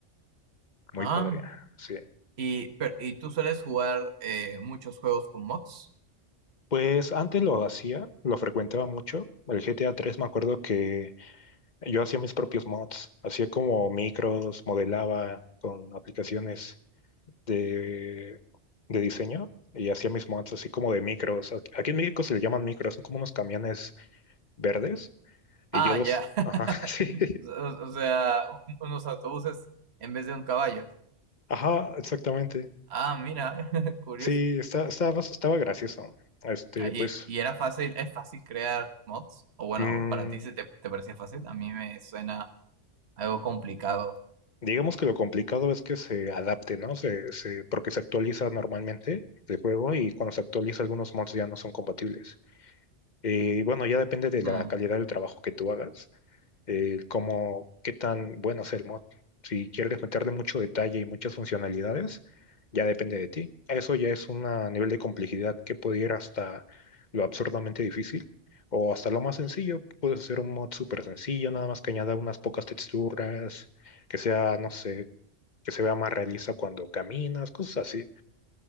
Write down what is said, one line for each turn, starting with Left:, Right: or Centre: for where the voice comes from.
Left: Muy
Right: Ah,
Left: padre, sí.
Right: y, pero y tú sueles jugar eh, muchos juegos con mods.
Left: Pues antes lo hacía, lo frecuentaba mucho. El GTA 3, me acuerdo que yo hacía mis propios mods, hacía como micros, modelaba con aplicaciones de, de diseño y hacía mis mods así como de micros. Aquí aquí en México se le llaman micros, son como unos camiones verdes y
Right: Ah,
Left: yo los...
Right: ya. <laughs>
Left: Ajá, <laughs> sí.
Right: O, o sea, un- unos autobuses en vez de un caballo.
Left: Ajá, exactamente.
Right: Ah, mira, <laughs> curioso.
Left: Sí, está, estaba, estaba gracioso. Este,
Right: Ah, y,
Left: pues...
Right: y era fácil, es fácil crear mods, o bueno,
Left: mm,
Right: para ti se te, te parecía fácil, a mí me suena algo complicado.
Left: Digamos que lo complicado es que se adapte, ¿no? Se, se- porque se actualiza normalmente el juego y cuando se actualiza algunos mods ya no son compatibles. Eh, Y bueno, ya depende de la
Right: Mm,
Left: calidad del trabajo que tú hagas, eh, como qué tan bueno es el mod. Si quieres meterle mucho detalle y muchas funcionalidades, ya depende de ti. Eso ya es un nivel de complejidad que puede ir hasta lo absurdamente difícil o hasta lo más sencillo. Puedes hacer un mod súper sencillo, nada más que añada unas pocas texturas que sea, no sé, que se vea más realista cuando caminas, cosas así.